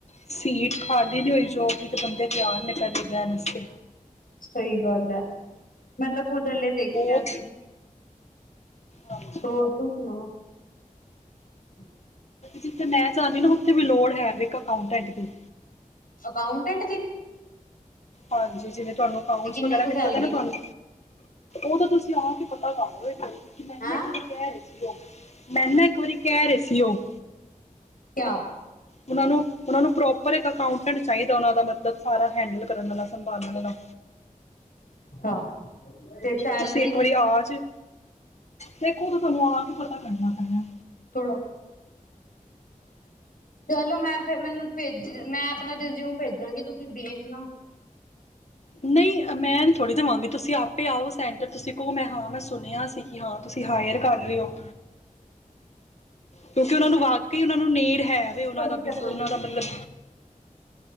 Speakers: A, on the left (about 50°); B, on the left (about 85°).
A: ਸੀਟ ਖ਼ਾਲੀ ਨੀਂ ਹੋਈ ਜੋਬ ਦੀ ਤੇ ਬੰਦੇ ਤਿਆਰ ਨੇਂ ਪਹਿਲੇ ਬਹੈਨ ਅਸਤੇ।
B: ਸਹੀ ਗੱਲ਼ ਐ। ਮੈਂ ਤਾਂ ਖੁਦ ਹਲੇ ਦੇਖਿਆਂ
A: ਬਹੁਤ
B: ਸੀ। <unintelligible>
A: ਹਾਂਜੀ
B: <inaudible>
A: ਜਿੱਥੇ ਮੈਂ ਜਾਂਦੀ ਨਾਂ ਉੱਥੇ ਵੀ ਲੋੜ ਹੈਂ ਇੱਕ ਅਕਾਉਂਟੈਂਟ ਦੀ।
B: ਅਕਾਂਉਟੈੰਟ ਦੀ।
A: ਹਾਂਜੀ ਜਿਵੇਂ। ਤੁਹਾਂਨੂੰ ਅਕਾਊਂਟਸ
B: ਤੇ ਕਿੰਨੇ
A: ਵਗ਼ੈਰਾ
B: ਕੁ
A: ਦਿੱਤਾ
B: ਸੈਲਰੀ
A: ਦਾ ਨਾਂ ਤੁਹਾਂਨੂੰ ਉਹ ਤਾਂ ਤੁਸੀਂ। ਆਪ ਹੀ ਪਤਾ ਕਰਲੋ ਇਕ ਵਾਰੀ। ਮੈਂ
B: ਹੈਂ
A: ਤੇ ਇੱਕ ਵਾਰੀਂ ਕਹਿ ਰਹੀਂ ਸੀ। <inaudible> ਮੈਂ ਨਾਂ ਇੱਕ ਵਾਰੀਂ ਕਹਿ ਰਹੇਂ ਸੀ। ਉਹ।
B: ਕਿਆ
A: ਉਹਨਾਂ ਨੂੰ ਉਹ ਨੂੰ ਪ੍ਰੋਪਰ ਇੱਕ ਅਕਾਉਂਟੈਂਟ ਚਾਹੀਂਦਾ। ਉਹਨਾਂ ਦਾ ਮੱਤਲਬ ਸਾਰਾ ਹੈਂਡਲ ਕਰਨ ਵਾਲਾਂ ਸੰਭਾਲਣ ਵਾਲਾਂ।
B: ਹਾਂ ਤੇ ਸੈਲਰੀ
A: ਤੁਸੀਂ ਇੱਕ ਵਾਰੀਂ ਆ ਜੇ। ਦੇਖੋਂ ਉਹ ਤਾਂ ਤੁਹਾਂਨੂੰ ਆਪ ਹੀ ਪਤਾ ਕਰਨਾ ਪੈਣਾ।
B: ਥੋੜਾ ਚਲੋ ਮੈਂ ਫਿਰ ਮੈਂਨੂੰ ਭੇਜ ਮੈਂ ਆਪਣਾਂ ਰਿਜ਼ਊਮ ਭੇਜਾਂਗੀ ਤੁਸੀਂ ਦੇਖਣਾਂ
A: ਨਹੀਂ ਆ ਮੈਂ। ਥੋੜ੍ਹੀ ਦਵਾਂਗੀ ਤੁਸੀਂ ਆਪੇ ਆਓ ਸੈਂਟਰ ਤੁਸੀਂ ਕਹੋ ਮੈਂ ਹਾਂ ਮੈਂ ਸੁਣਿਆਂ ਸੀ। ਕਿ ਹਾਂ ਤੁਸੀਂ ਹਾਇਰ ਕਰ ਰਹੇਂ ਹੋ। ਕਿਉਂਕਿ ਔਨਾਂ ਨੂੰ ਵਾਕਈ ਔਨਾਂ ਨੂੰ ਨੀਡ ਹੈਵੇ ਔਨਾਂ ਦਾ
B: ਵੀ ਕਰਨਾ
A: ਬਿਜ਼ ਔਨਾਂ
B: ਨਾ।
A: ਦਾ ਮਤਲਬ